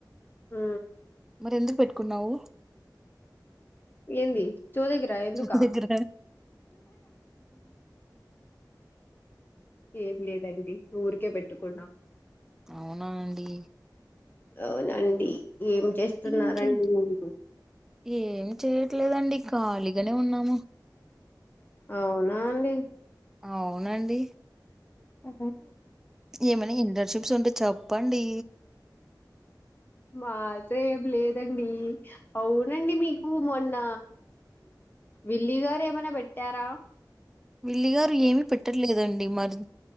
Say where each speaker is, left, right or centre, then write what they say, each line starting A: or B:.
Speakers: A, on the left; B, in the centre.
A: ఉ
B: మరి ఎందుకు పెట్టుకున్నావు
A: ఏంది ఎందుకా
B: చెవి దగ్గర
A: ఏం లేదండి ఊరికే పెట్టుకున్నా
B: అవునా అండి
A: అవునండి ఏం చేస్తున్నారండి
B: ఇంకేం
A: మీరు
B: ఏం చేయట్లేదండి ఖాళీగానే ఉన్నాము
A: అవునా అండి
B: అవునండి
A: ఆ
B: ఏమనా ఇంటర్న్షిప్స్ ఉంటే చెప్పండి
A: మాకే ఏమి లేదండి అవునండి మీకు మొన్న విల్లీ గారు ఏమనా పెట్టారా
B: విల్లి గారు ఏమి పెట్టట్లేదండి మరి